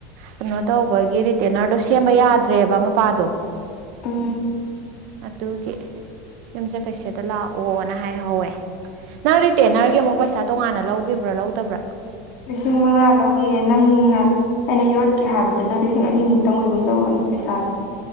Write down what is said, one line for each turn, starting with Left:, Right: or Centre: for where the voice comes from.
Right: ꯀꯩꯅꯣ ꯇꯧꯕꯒꯤ ꯔꯤꯇꯦꯅꯔꯗꯣ ꯁꯦꯝꯕ ꯌꯥꯗ꯭ꯔꯦꯕ ꯃꯄꯥꯗꯣ
Left: ꯎꯝ
Right: ꯑꯗꯨꯒꯤ ꯌꯨꯝꯁꯀꯩꯁꯗ ꯂꯥꯛꯑꯣꯅ ꯍꯥꯏꯍꯧꯋꯦ ꯅꯪ ꯔꯤꯇꯦꯅꯔꯒꯤ ꯑꯃꯨꯛ ꯄꯩꯁꯥ ꯇꯣꯉꯥꯟꯅ ꯂꯧꯒꯤꯕ꯭ꯔꯣ ꯂꯧꯗꯕ꯭ꯔꯣ
Left: ꯂꯤꯁꯤꯡ ꯃꯉꯥ ꯂꯧꯒꯤꯌꯦ ꯅꯪꯅ ꯑꯩꯅ ꯌꯣꯠꯀꯤ ꯍꯥꯏꯕꯗꯨꯅ ꯂꯤꯁꯤꯡ ꯑꯅꯤꯃꯨꯛꯇꯪ ꯑꯣꯏꯒꯨꯝ ꯇꯧꯕꯅꯤ ꯄꯩꯁꯥꯗꯣ